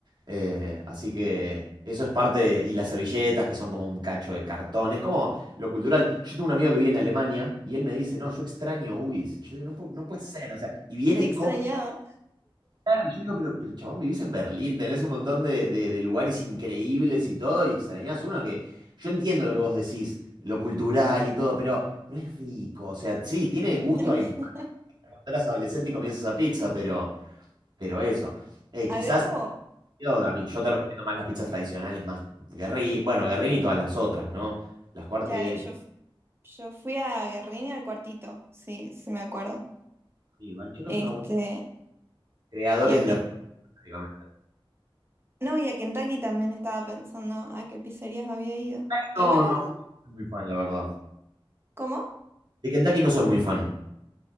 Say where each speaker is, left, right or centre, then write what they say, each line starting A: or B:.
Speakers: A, on the right; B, on the right.
A: Eh, así que eso es parte de- y las servilletas que son como un cacho de cartón, es como lo cultural. Yo tengo un amigo que vive en Alemania y él me dice, no, yo extraño UIS. Y yo digo, no, pu- no puede ser, o sea, y viene
B: Qué
A: y
B: extrañaba.
A: come Claro, yo digo, pero, pero chabón, vivís en Berlín, tenés un montón de, de- de lugares increíbles y todo, y extrañás uno que yo entiendo lo que vos decís, lo cultural y todo, pero no es rico. O sea, sí, tiene gusto
B: <laughs>
A: a infancia cuando eras adolescente y comienzas a pizza, pero, pero eso. Eh,
B: Había
A: quizás,
B: como,
A: yo, a mí, yo te recomiendo más las pizzas tradicionales, más Guerrín, bueno, Guerrín y todas las otras, ¿no? Las cuartetas,
B: claro, yo, yo fui a Guerrini al cuartito, sí, sí me acuerdo.
A: y Banchero
B: Este,
A: es una buena creadores
B: y a
A: de
B: Ken-
A: la prácticamente.
B: no, y a Kentucky también estaba pensando a qué pizzerías había ido.
A: Kentucky
B: Igual
A: No, no,
B: hay un,
A: soy muy fan, la verdad.
B: ¿cómo?
A: De Kentucky no soy muy fan.